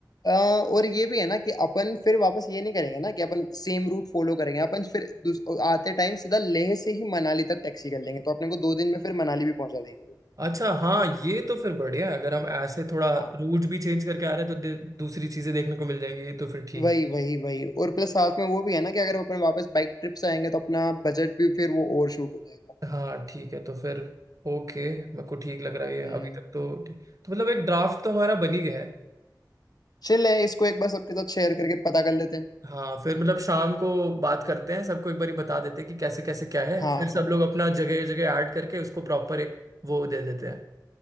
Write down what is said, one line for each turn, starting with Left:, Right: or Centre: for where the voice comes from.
Left: अ, और ये भी है ना कि अपन फिर वापस ये नहीं करेंगे ना कि अपन सेम रूट फॉलो करेंगे अपन फिर दूस- आते टाइम सीधा लेह से ही मनाली तक टैक्सी कर लेंगे तो अपने को दो दिन में फिर मनाली भी पहुंचा देगी वो
Right: अच्छा हाँ ये तो फिर बढ़िया है अगर हम ऐसे थोड़ा
Left: हाँ
Right: रूट भी चेंज करके आ रहे हैं तो दे- दूसरी चीजें देखने को मिल जाएंगी ये तो फिर ठीक
Left: वही
Right: है
Left: वही वही और प्लस साथ में वो भी है ना कि अगर अपन वापस बाइक ट्रिप से आएंगे तो अपना बजट भी फिर वो ओवर शूट हो जाएगा
Right: हाँ ठीक है तो फिर ओके मेरे को ठीक लग रहा है ये
Left: हम्म
Right: अभी तक तो ठीक तो मतलब एक ड्राफ्ट तो हमारा बन ही गया है
Left: चल है इसको एक बार सबके साथ शेयर करके पता कर लेते हैं
Right: हाँ फिर मतलब शाम को बात करते हैं सबको एक बारी बता देते हैं कि कैसे कैसे क्या है
Left: हाँ
Right: फिर सब
Left: हाँ
Right: लोग अपना जगह जगह ऐड करके उसको प्रॉपर एक वो दे देते हैं